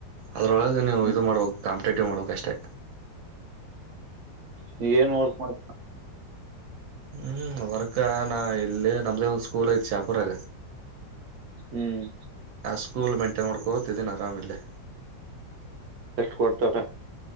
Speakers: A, on the right; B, on the right.
A: ಅದ್ರೊಳಗೆ ನೀವು
B: ಹ್ಮ್
A: ಇದು ಮಾಡ್ಬೇಕು ಕಾಮ ರೆಟೂ ಮಾಡೋಕಷ್ಟೆ
B: ನೀ ಏನ್ ರ್ಕ್ ಮಾಡ
A: ಹ್ಮ್ ವರ್ಕ ನ ಇಲ್ಲ ನಮ್ದೇ ಒಂದ್ ಸ್ಕೂಲ್ ಐತ್ ಚಾಪುರಾಗ
B: ಹ್ಮ್
A: ಸ್ಕೂ ಮ <unintelligible> ನೋಡ್ಕೋತಿದ್ದೀನ ಆರಾಮಿಲ್ಲೇ
B: ಎಷ್ಟು ಕೊಡ್ತಾರ